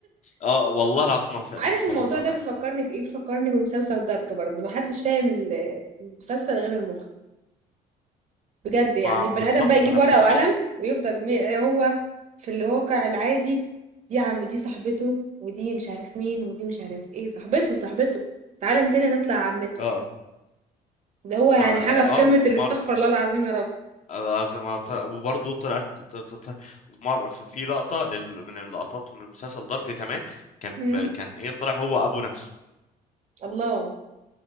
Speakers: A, on the left; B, on the right.
A: اه والله العظيم ما... ف- مش
B: عارف الموضوع
A: بهزر
B: ده
A: معاك
B: بيفكرني بإيه بيفكرني بمسلسل دارك برضه محدش فاهم ال- المسلسل غير المخرج بجد يعني
A: ما
B: البني
A: بالظبط
B: آدم بقى يجيب
A: ما
B: ورقة
A: انا بصي
B: وقلم ويفضل مي... هو في الواقع العادي دي عم دي صاحبته ودي مش عارف مين ودي مش عارف ايه صاحبته صاحبته في عالم تاني هتطلع عمته
A: اه
B: ده هو يعني
A: ما
B: حاجة في
A: اه
B: قمة
A: وفي
B: الاستغفر
A: مرة
B: الله العظيم يا رب
A: لازم أطلع وبرضه طلعت ت- ت- ت- مر- في في لقطة لل... من اللقطات من مسلسل دارك كمان كان
B: مم.
A: كان ايه طلع هو ابو نفسه
B: الله